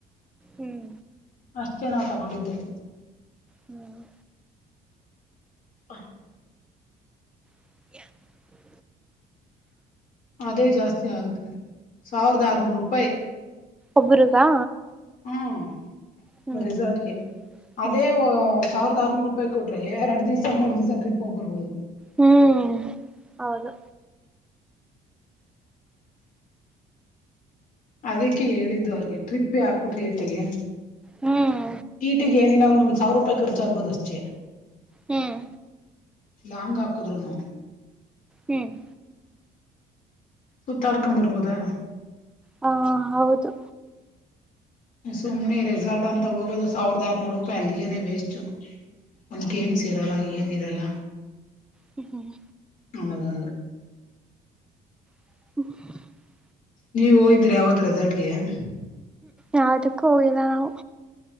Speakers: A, in the centre; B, on the left.
A: ಹ್ಮ್
B: ಅಷ್ಟೆ ನಾವ್ ತಗೊಂಡಿದ್ದಲ್ಲಿ.
A: ಹ್ಮ್
B: ಪ್ಪ
A: <inaudible>
B: ಅದೇ ಜಾಸ್ತಿ ಆಗುತ್ತೆ. ಸಾವಿರದ
A: ಹ
B: ಆರ್ನೂರು ರೂಪಾಯಿ
A: ಒಬ್ಬ್ರಗಾ
B: ಹ್ಮ.
A: ಹ್ಮ್
B: ರೆಿಸಾರ್ಟ್ಗೆ ಅದೇ.
A: ಹ್ಮ್
B: ಸಾವಿರದ ಆರುನೂರು ರೂಪಾಯಿ ಕೊಟ್ರೇ ಎರಡು ದಿವಸ ಮೂರು ದಿವಸ ಟ್ರಿಪ್ ಹೋಗ್ ಬರ್ಬೋದು.
A: ಹ್ಮ್ ಹೌದು.
B: ಅದಕ್ಕೆ ಹೇಳಿದ್ದು ಅವ್ರಿಗೆ ಟ್ರಿಪ್ಪೇ ಹಾಕ್ಬಿಟ್ರಿ ಅತ್ತಗೆ.
A: ಹ್ಮ್
B: ಟಿ ಟಿಗೆ ಏನಿಲ್ಲ ಅಂದ್ರು ಒಂದ್ ಸಾವಿರ ರೂಪಾಯಿ ಖರ್ಚಾಗ್ಬೋದು ಅಷ್ಟೇ.
A: ಹ್ಮ್
B: ಲಾಂಗ್ ಹಾಕುದುರುಣು.
A: ಹ್ಮ್
B: ಸುತ್ತಾಡ್ಕೊಂಬರ್ಬೋದಾ.
A: ಹಾ ಹೌದು
B: ಸುಮನೆ ರೆಸಾರ್ಟ್ ಅಂತ ಹೋಗೋದು ಸಾವಿರದ ಆರ್ನೂರು ರೂಪಾಯಿ ಅಲ್ಲಿಗೇನೆ ವೇಸ್ಟ್. ಒನ್ಗೆ ಏನ್ ಸೇರಲ್ಲ ಏನ್. ಇರಲ್ಲ.
A: ಹ್ಮ ಹ್ಮ್
B: ನನ್ನದ
A: <unintelligible>
B: ನೀವು ಹೋಗಿದ್ರಿ ಯಾವದ ರೆ <unintelligible>
A: ಯಾವುದುಕ್ಕು ಹೋಗಿಲ್ಲ ನಾವು.